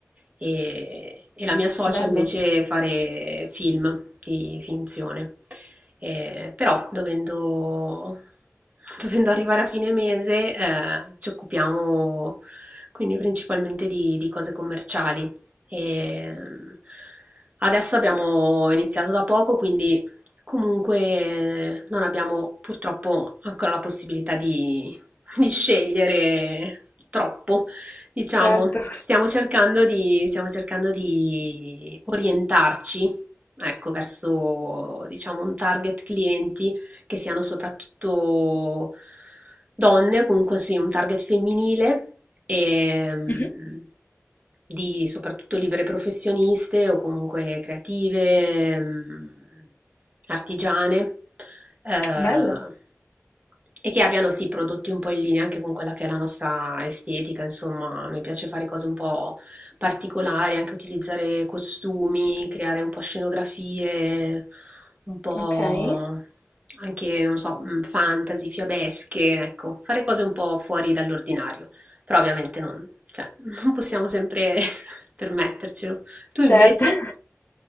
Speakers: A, on the right; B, on the left.
A: e, e la mia socia
B: che bello,
A: invece fare film di finzione. Eh, però dovendo, <laughs> dovendo arrivare a fine mese eh, ci occupiamo quindi principalmente di, di cose commerciali. E mm, adesso abbiamo iniziato da poco, quindi comunque non abbiamo purtroppo ancora la possibilità di, di scegliere troppo, diciamo.
B: certo.
A: Stiamo cercando di, stiamo cercando di orientarci, ecco, verso, diciamo, un target clienti che siano soprattutto donne, comunque sì, un target femminile e mh,
B: Mh-mh,
A: di soprattutto libere professioniste o comunque creative, mh, artigiane, eh,
B: bello,
A: e che abbiano sì prodotti un po' in linea anche con quella che è la nostra estetica, insomma, a noi piace fare cose un po' particolari, anche utilizzare costumi, creare un po' scenografie un po'
B: okay.
A: anche, non so, mh, fantasy, fiabesche, ecco, fare cose un po' fuori dall'ordinario, però ovviamente non, cioè, <laughs> non possiamo sempre <laughs> permettercelo. Tu invece?
B: Certo. <laughs>